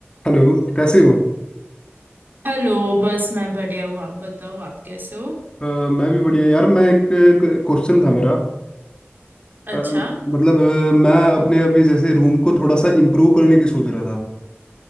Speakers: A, on the left; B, on the right.
A: हेलो कैसे हो
B: Hello बस मैं बढ़िया हूँ आप बताओ आप कैसे हो
A: अ, मैं भी बढ़िया यार मैं एक क्वेश्चन था मेरा
B: अच्छा
A: अ, मतलब अ, मैं अपने अभी जैसे रूम को थोड़ा सा इम्प्रूव करने की सोच रहा था